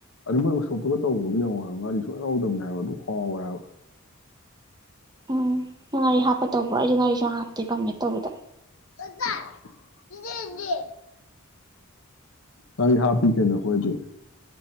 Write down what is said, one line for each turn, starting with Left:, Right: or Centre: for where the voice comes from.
Left: ꯑꯗꯨ ꯃꯣꯏ ꯎꯁꯣꯞꯇꯒ ꯇꯧꯕꯗꯨ ꯃꯤꯅ <unintelligible> ꯉꯥꯔꯤ ꯁꯨꯛꯌꯥꯎ ꯌꯥꯎꯗꯝꯅꯦ ꯍꯥꯏꯕꯗꯨ ꯍꯥꯎꯋꯦꯍꯥꯏꯕ
Right: ꯎꯝ ꯉꯥꯔꯤ ꯍꯥꯞꯄ ꯇꯧꯕ꯭ꯔꯣ ꯑꯩꯗꯤ ꯉꯥꯔꯤ ꯁꯨꯡꯍꯥꯞ ꯍꯥꯞꯇꯦ ꯀꯥꯡꯃꯦꯠ ꯇꯧꯕꯗ
Left: ꯗꯇꯥ ꯆꯤꯆꯦꯗꯤ ꯉꯥꯔꯤ ꯍꯥꯞꯄꯤ ꯀꯩꯅꯣ ꯑꯩꯈꯣꯏꯗꯤ